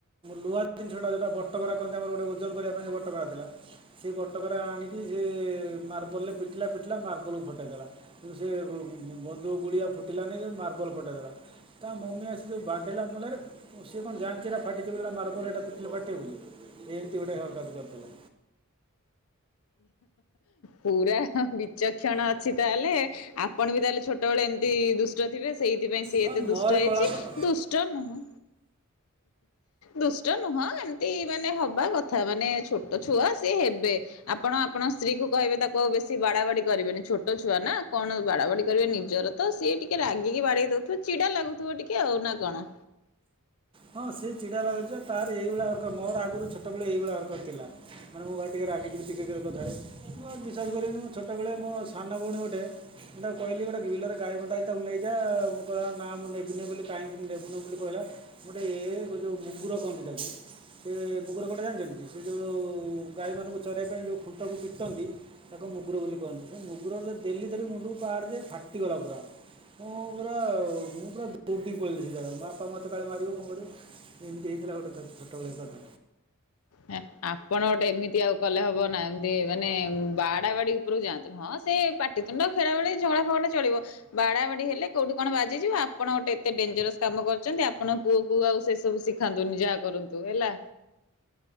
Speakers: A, on the right; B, on the left.
A: ଲୁହା ଜିନିଷଟା ଯେଉଟା ବଟକରା କନ୍ତି ଆମର ଗୋଟେ ଓଜନ କରିବା ପାଇଁ ବଟକରା ଥିଲା ସେ ବଟକରା ଆଣିକି ସେ ମାର୍ବଲରେ ପିଟିଲା ପିଟିଲା ମାର୍ବଲକୁ ଫଟେଇଦେଲା। କୀନ୍ତୁ ସେ ବନ୍ଧୁକ ଗୁଳି ଆଉ ଫୁଟିଲାନହିଁ ଯେଁ ମାର୍ବଲ ଫେଟେଇଦେଲା ତା ମମି ଆସି କି ବାଡେଇଲା ମୁ କାହିଲି ଆରେ ସିଏ କଣ ଜାଣିଛି ଫାଟିଛି ବୋଲିଟା ମାର୍ବଲ ଏଇଟା ପିଟିଲେ ଫାଟିବେ ଏ ଏମିତି ଗୋଟେ ହରକତ କରିଥିଲେ।
B: ପୁରା ବିଚକ୍ଷଣ ଅଛି ତାହେଲେ ଆପଣ ବି ତାହେଲେ ଛୋଟବେଳେ ଏମିତି ଦୁଷ୍ଟ ଥିବେ ସେଇଥିପାଇଁ ସିଏ
A: ହଁ
B: ଏତେ ଦୁଷ୍ଟ
A: ମୋରି
B: ହେଇଛି
A: କଳା ତ
B: ଦୁଷ୍ଟ ନୁହଁ। ଦୁଷ୍ଟ ନୁହଁ ଏମିତି ମାନେ ହବା କଥା ମାନେ ଛୋଟ ଛୁଆ ସି ହେବେ ଆପଣ ଆପଣ ସ୍ତ୍ରୀ କୁ କହିବେ ତାକୁ ଆଉ ବେଶୀ ବାଡବାଡି କରିବେନି ଛୋଟ ଛୁଆ ନା କଣ ବାଡବାଡି କରିବେ ନିଜର ତ ସିଏ ଟିକେ ରାଗିକି ବାଡେଇ ଦଉଥିବ ଚଛିଡା ଲାଗୁଥିବ ଟିକେ ଆଉ ନା କଣ?
A: ହଁ ସେ ଚିଡ଼ା ଲାଗୁଛି ତାର ଏଇଭଳିଆ ହରକତ ମୋର ଆଗରୁ ଛୋଟବେଳେ ଏଇଭଳିଆ ହରକତ ଥିଲା ମାନେ ମୁଁ ବା ଟିକିେ ରାଗିଯିବି ଟିକେ ଟିକେ କଥାରେ ବିଶେଷ କରିନି ମୁଁ ଛୋଟବେଳେ ମୋ ସାନ ଭଉଣୀ ଗୋଟେ ମୁ ତାକୁ କହିଲି ଗୋଟେ ବିଲରେ ଗାଈ ବନ୍ଧା ହେ ତାକୁ ନେଇଯା ମୁଁ କହିଲ ନା ମୁଁ ନେବିନି ବୋଲି କାହିଁକି ମୁଁ ନେବିନି ବୋଲି କହିଲା। ଗୋଟେ ଯେଉଁ ମୁଗର କହନ୍ତି ତାକୁ ସେ ମୁଗର କୋଟେ ଜାଣିଛନ୍ତି ସେ ଯେଉଁ ଗାଈମାନଙ୍କୁ ଚରିବା ପାଇଁ ଯେଉଁ ଖୁଣ୍ଟକୁ ପିଟନ୍ତି ତାକୁ ମୁଗର ବୋଲି କହନ୍ତି ସେ ମୁଗୁରରେ ଡେଲି ଧରି ମୁଣ୍ଡକୁ ପାରେ ଯେ ଫାଟିଗଲା ପୁରା ମୁଁ ପୁରା ମୁଁ ପୁରା ଦୌଡ଼ିକି ପଳେଇଲି ସେ ଜାଗାରୁ ମୋ ବାପା ମୋତେ ସକାଳେ ମାରିବ କଣ କରିବ ଏମିତି ହେଇଥିଲା ଗୋଟେ ଛୋଟବେଳିଆ କଥା
B: ହେ ଆପଣ ଗୋଟେ ଏମିତି ଆଉ କଲେ ହବ ନା ଏମତି ମାନେ ବାଡାବାଡି ଉପରକୁ ଯାଆନ୍ତୁ ନି ହଁ ସେ ପାଟିତୁଣ୍ଡ ଖେଳା ବେଳି ଝଗଡା ଫଗଡା ଚଳିବ ବାଡା ବାଡି ହେଲେ କୋଉଠି କଣ ବାଜିଯିବ ଆପଣ ଗୋଟେ ଏତେ ଡେଞ୍ଜରସ କାମ କରଛନ୍ତି ଆପଣ ପୁଅ କ ଆଉ ସେ ସବୁ ଶିଖାନ୍ତୁ ନି ଯାହା କରନ୍ତୁ ହେଲା।